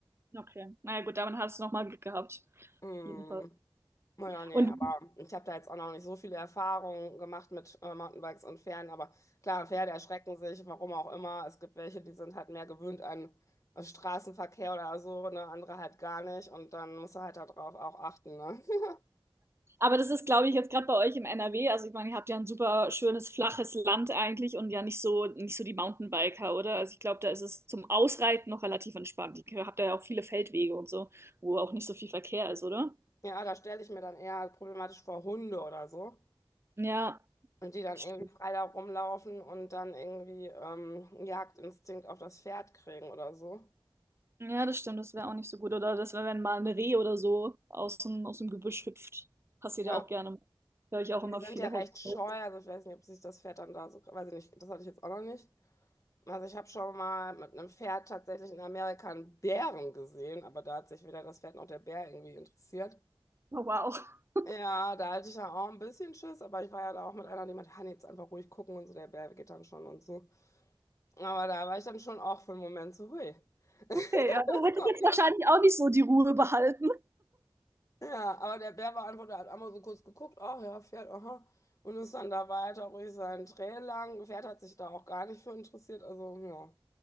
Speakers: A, on the right (about 30°); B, on the left (about 35°).
A: Okay. Naja, gut, damit hast du nochmal Glück gehabt.
B: Mm,
A: Jedenfalls.
B: naja, nee,
A: Und
B: aber ich habe da jetzt auch noch nicht so viele Erfahrungen gemacht mit äh, Mountainbikes und Pferden. Aber klar, Pferde erschrecken sich, warum auch immer. Es gibt welche, die sind halt mehr gewöhnt an äh, Straßenverkehr oder so, ne? Andere halt gar nicht. Und dann musst du halt darauf auch achten, ne? <laughs>
A: Aber das ist, glaube ich, jetzt gerade bei euch im NRW. Also ich meine, ihr habt ja ein super schönes, flaches Land eigentlich und ja nicht so, nicht so die Mountainbiker, oder? Also ich glaube, da ist es zum Ausreiten noch relativ entspannt. Ihr habt ja auch viele Feldwege und so, wo auch nicht so viel Verkehr ist, oder?
B: Ja, da stelle ich mir dann eher problematisch vor Hunde oder so.
A: Ja,
B: Und die dann
A: stimmt.
B: irgendwie frei da rumlaufen und dann irgendwie ähm, Jagdinstinkt auf das Pferd kriegen oder so.
A: Ja, das stimmt. Das wäre auch nicht so gut. Oder das wäre, wenn mal ein Reh oder so aus dem, aus dem Gebüsch hüpft. Passiert
B: Ja.
A: ja auch gerne. Höre ich auch
B: Und
A: immer
B: die sind
A: viele
B: ja recht
A: Horror.
B: scheu,
A: Oh,
B: also ich weiß nicht, ob sich das Pferd dann da so, weiß ich nicht, das hatte ich jetzt auch noch nicht. Also ich habe schon mal mit einem Pferd tatsächlich in Amerika einen Bären gesehen, aber da hat sich weder das Pferd noch der Bär irgendwie interessiert.
A: wow. <laughs>
B: Ja, da hatte ich ja auch ein bisschen Schiss, aber ich war ja da auch mit einer, die meinte, Hanni, jetzt einfach ruhig gucken und so, der Bär geht dann schon und so. Aber da war ich dann schon auch für einen Moment so, hui, <laughs> was
A: Okay, ja. Da hätte
B: kommt
A: ich jetzt
B: hier?
A: wahrscheinlich auch nicht so die Ruhe behalten.
B: Ja, aber der Bär beantwortet, hat einmal so kurz geguckt, ach ja, Pferd, aha. Und ist dann da weiter ruhig seinen Trail lang. Pferd hat sich da auch gar nicht für interessiert, also ja.